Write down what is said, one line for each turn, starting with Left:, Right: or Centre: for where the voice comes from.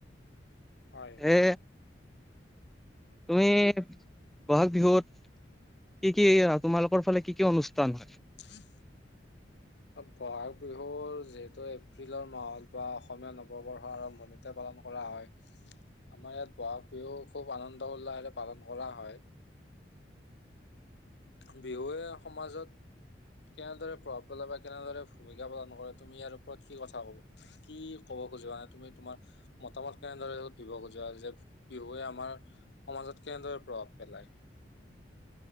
Left: হয়, হয়।
Centre: এ তুমি বহাগ বিহুত কি, কি তোমালোকৰ ফালে কি, কি অনুষ্ঠান হয়?
Left: <inaudible> ব'হাগ বিহুৰ যিহেতু এপ্ৰিলৰ মাহত বা অসমীয়া নৱবৰ্ষৰ আৰম্ভণিতে পাত কম কৰা হয়। আমাৰ ইয়াত বহাগ বিহু খুব আনন্দ উল্লাসেৰে পালন কৰা হয়। বিহুৱে সমাজত। কেনেদৰে প্ৰভাৱ পেলাই বা কেনেদৰে ভূমিকা পালন কৰে তুমি ইয়াৰ ওপৰত কি কথা কব কি কব? <unintelligible> তুমি তোমাৰ মতামত কেনেদৰে দিব খুজা যে বিহুৱে আমাৰ সমাজত। কেনেদৰে প্ৰভাৱ পেলাই।